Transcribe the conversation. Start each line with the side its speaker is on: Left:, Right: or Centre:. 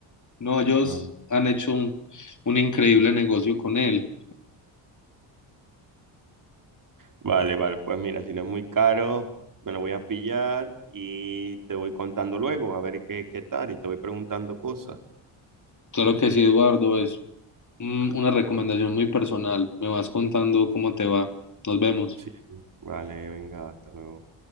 Left: no, ellos
Right: No.
Left: han hecho un, un increíble negocio con él.
Right: Vale, vale, pues mira, si no es muy caro, me lo voy a pillar y te voy contando luego a ver qué, qué tal y te voy preguntando cosas.
Left: Claro que sí, Eduardo, es mm, una recomendación muy personal. Me vas contando cómo te va. Nos vemos.
Right: Sí, vale, venga, hasta luego.